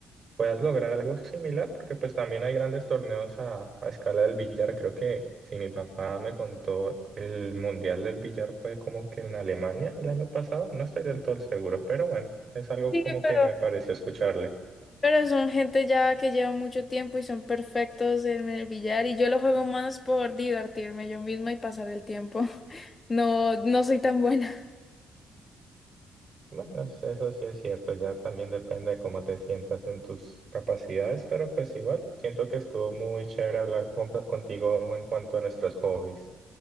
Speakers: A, on the right (about 45°); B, on the left (about 35°).
A: puedas lograr algo similar, porque pues también hay grandes torneos a, a escala del billar. Creo que si mi papá me contó, el mundial del billar fue como que en Alemania el año pasado, no estoy del todo seguro, pero bueno, es algo
B: Sí,
A: como
B: pero,
A: que me pareció escucharle.
B: pero son gente ya que lleva mucho tiempo y son perfectos en el billar y yo lo juego más por divertirme yo misma y pasar el tiempo. <laughs> No, no soy tan buena.
A: Bueno, es- eso sí es cierto, ya también depende de cómo te sientas en tus capacidades, pero pues igual, siento que estuvo muy chévere hablar con- contigo en cuanto a nuestros hobbies.